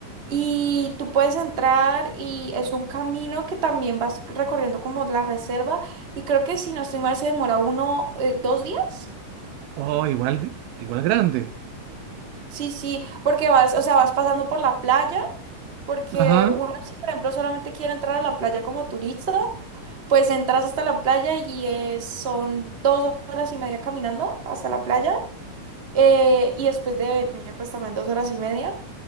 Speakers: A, on the right; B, on the right.
A: Y tú puedes entrar y es un camino que también vas recorriendo como la reserva. Y creo que si no estoy mal se demora uno, eh, dos días.
B: Oh, igual, igual grande.
A: Sí, sí, porque vas, o sea, vas pasando por la playa, porque
B: Ajá,
A: uno, si por ejemplo, solamente quiere entrar a la playa como turista, pues entras hasta la playa y es- son dos horas y media caminando hasta la playa, eh, y después de venir, pues también dos horas y media.